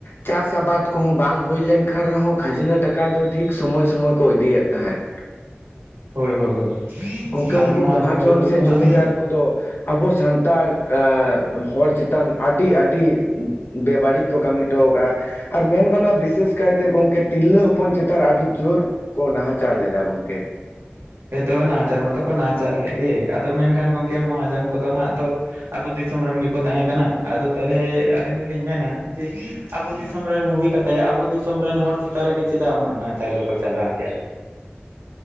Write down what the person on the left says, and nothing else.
ᱪᱟᱥ ᱟᱵᱟᱫ ᱠᱚᱦᱚᱸ ᱵᱟᱝ ᱦᱩᱭ ᱞᱮᱱᱠᱷᱟᱱ ᱨᱮᱦᱚᱸ ᱠᱷᱟᱹᱡᱽᱱᱟᱹ ᱴᱟᱠᱟᱟ ᱫᱚ ᱴᱷᱤᱠ ᱥᱚᱢᱚᱭ ᱥᱚᱢᱚᱭ ᱠᱚ ᱤᱫᱤᱭᱮᱫ ᱛᱟᱦᱮᱸᱫ
ᱜᱚᱢᱠᱮ
ᱩᱱᱠᱩ ᱢᱚᱦᱟᱡᱚᱱ
ᱥᱮ
ᱡᱚᱢᱤᱫᱟᱨ
ᱠᱚᱫᱚ ᱟᱵᱚ ᱥᱟᱱᱛᱟᱲ ᱦᱚᱲ ᱟᱸᱜ ᱦᱚᱲ ᱪᱮᱛᱟᱱ ᱟᱹᱰᱤ ᱟᱹᱰᱤ ᱵᱮᱵᱟᱹᱲᱤᱡ ᱠᱚ ᱠᱟᱹᱢᱤ ᱦᱚᱴᱚ ᱟᱠᱟᱜᱼᱟ ᱟᱨ ᱢᱮᱱ ᱜᱟᱱᱚᱜᱼᱟ ᱵᱤᱥᱮᱥ ᱠᱟᱭᱛᱮ ᱜᱚᱝᱠᱮ ᱛᱤᱨᱞᱟᱹ ᱦᱚᱯᱚᱱ ᱪᱮᱛᱟᱱ ᱟᱹᱰᱤ ᱡᱳᱨ ᱠᱚ ᱱᱟᱦᱟᱪᱟᱨ ᱞᱮᱫᱟ ᱜᱚᱝᱠᱮ